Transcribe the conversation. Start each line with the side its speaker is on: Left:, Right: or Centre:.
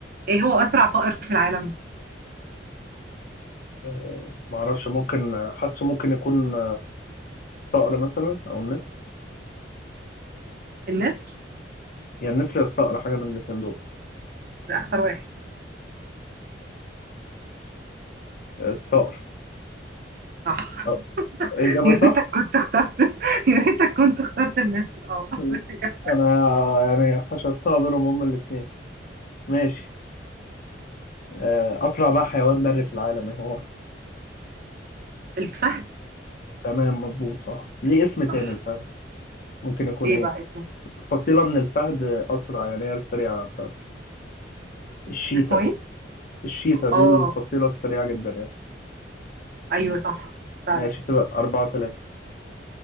Right: ايه هو أسرع طائر في العالم
Left: أه ما اعرفش ممكن حاسه ممكن يكون الصقر مثلا او النسر
Right: النسر
Left: يا النسر يا الصقر حاجه من الاثنين دول
Right: لا، اختار واحد
Left: الصقر
Right: صح
Left: أو. اجابه
Right: <laughs> يا ريتك
Left: صح
Right: كنت اخترت يا ريتك كنت اخترت النسر اه
Left: <laughs>
Right: <laughs>
Left: انا يعني حشرتها بينهم هما الاثنين ماشي آه، اسرع بقى حيوان بري في العالم ايه هو
Right: الفهد
Left: تمام مظبوط صح ليه اسم تاني
Right: صح
Left: الفهد ممكن يكون
Right: ايه
Left: ايه
Right: بقى اسمه
Left: فصيلة من الفهد أسرع يعني هي السريعة بتاعته الشيتا
Right: اسمه ايه
Left: الشيتا دي
Right: اه
Left: الفصيلة السريعة جدا يعني
Right: ايوه صح فعلا
Left: ماشي كده أربعة تلاتة